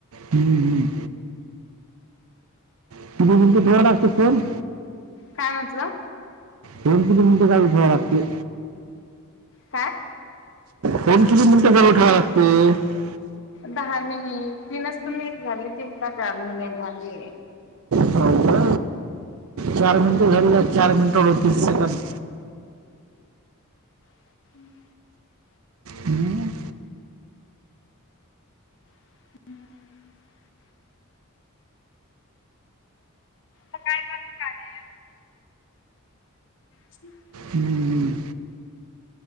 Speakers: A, on the right (about 75°); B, on the left (about 60°).
A: हम्म हम्म. <unintelligible> लागते फल.
B: काय म्हटलं?
A: फोन किती मिनिटं चालू ठेवा लागते?
B: काय
A: फोन किती मिनिटं चालू ठेवा लागते हो
B: दहा मिनिट तीनच तर मी झाले तीनदा चारमिनिट झाले
A: हाव का चार मिनिट झाले चार मिनिट आडतीस सेकंद.
B: <inaudible>
A: हम्म.
B: हम्म <unintelligible> आता काय कराय. <unintelligible> <unintelligible>
A: हम्म,